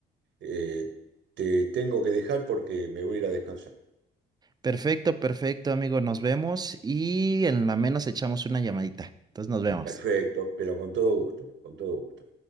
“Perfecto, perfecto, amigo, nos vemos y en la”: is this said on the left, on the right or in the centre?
Right